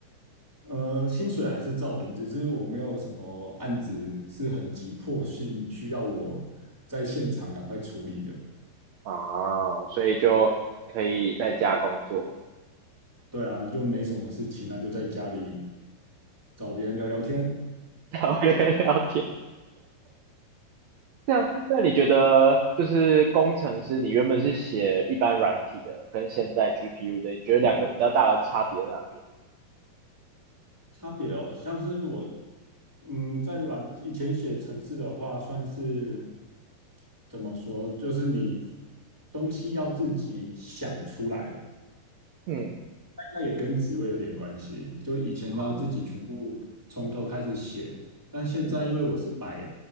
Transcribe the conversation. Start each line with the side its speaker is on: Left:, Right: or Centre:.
Centre: 呃，薪水还是照领，只是我没有什么案子是很急迫性需要我在现场赶快处理的。
Right: 啊，所以就可以在家工作，
Centre: 对啊，就没什么事情，那就在家里找别人聊聊天，
Right: <laughs> 然后跟人聊天。这样，那你觉得就是工程师，你原本是写一般软体的，跟现在 GPU 的，你觉得两个比较大的差别在哪边？
Centre: 差别哦，像是我，嗯，在软以前写程式的话，算是怎么说，就是你东西要自己想出来，
Right: 嗯，
Centre: 那应该也跟职位有点关系。就以前都要自己全部从头开始写，
Right: 哦，
Centre: 但现在因为我是买
Right: 嗯